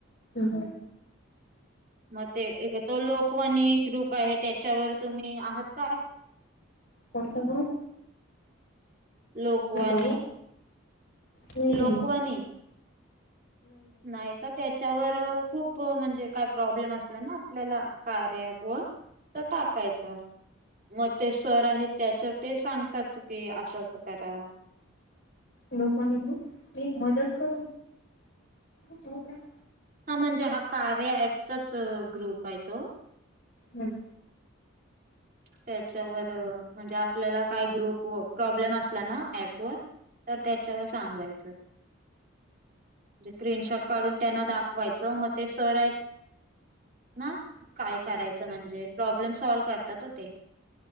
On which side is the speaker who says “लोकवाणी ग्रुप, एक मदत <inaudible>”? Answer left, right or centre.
Left